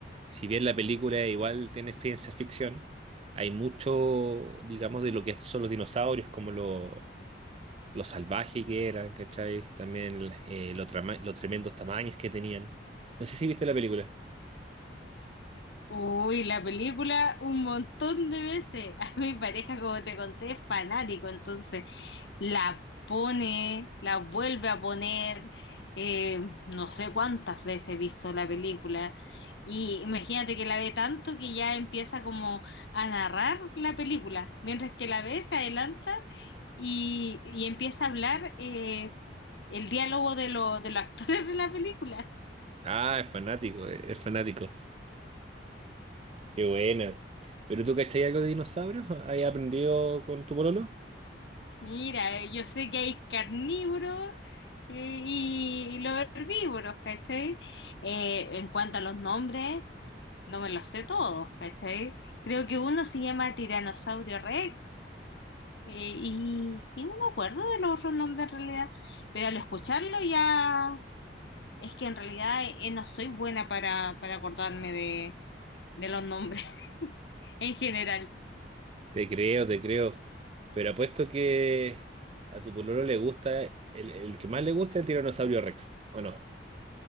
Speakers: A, on the right; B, on the left.
A: Si bien la película igual tiene ciencia ficción, hay mucho, digamos, de lo que son los dinosaurios, como lo, lo salvaje que eran, ¿cachai? También eh, lo trama- los tremendos tamaños que tenían. No sé si viste la película.
B: Uy, la película un montón de veces. <laughs> A mi pareja, como te conté, es fanático, entonces la pone, la vuelve a poner, eh, no sé cuántas veces he visto la película. Y imagínate que la ve tanto que ya empieza como a narrar la película, mientras que la ve se adelanta y, y empieza a hablar. eh, el diálogo de, lo- de los actores de la película.
A: Ah, es fanático, es es fanático. Qué buena. ¿Pero tú cachai algo de dinosaurios? ¿Has aprendido con tu pololo?
B: Mira, eh, yo sé que hay carnívoros eh, y los herbívoros, ¿cachai? Eh, en cuanto a los nombres, no me los sé todos, ¿cachai? Creo que uno se llama Tiranosaurio Rex eh, y, y no me acuerdo de los otros nombres en realidad, pero al escucharlo ya es que en realidad eh, no soy buena para, para acordarme de, de los nombres <laughs> en general.
A: Te creo, te creo. Pero apuesto que a tu pololo le gusta, eh, el, el que más le gusta es el tiranosaurio Rex, ¿o no?